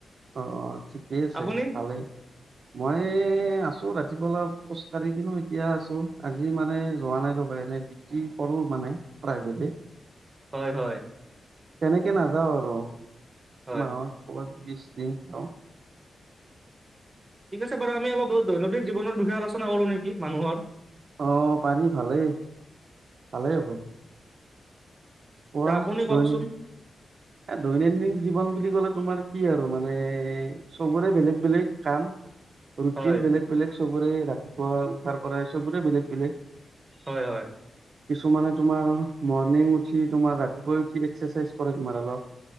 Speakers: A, on the right; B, on the right.
A: অ অ ঠিকেই আছে
B: আপুনি
A: ভালেই মই আছো ৰাতি ৰাতিপুৱা অলপ খোজ কাঢ়ি দিলোঁ এতিয়া আছো আজি মানে যোৱা নাই ৰ'বা এনেই ডিউটি কৰো মানে <unintelligible> প্ৰাইভেট এ
B: হয় হয়
A: তেনেকে নাযাওঁ আৰু
B: হয়
A: মাহত কৰোবাত বিশ দিন যাওঁ
B: ঠিক আছে বাৰু আমি অলপ দৈনন্দিন জীৱনৰ বিষয়ে আলোচনা কৰো নেকি মানুৰ
A: অ পাৰি ভালেই ভালেই হ'ব পোৱা
B: তে আপুনি কওকচোন
A: দৈনিক এ দৈনন্দিন জীৱন বুলি ক'লে তোমাৰ কি আৰু মানে চবৰে বেলেগ বেলেগ কাম ৰুটিন
B: হয়
A: বেলেগ বেলেগ চবৰে ৰাতিপুৱা উঠাৰ কৰা চবৰে বেলেগ বেলেগ
B: হয় হয়
A: কিছুমানে তোমাৰ মৰ্ণিং উঠি তোমাৰ ৰাতিপুৱাই উঠি এক্সাৰচাইজ কৰে তোমাৰ অলপ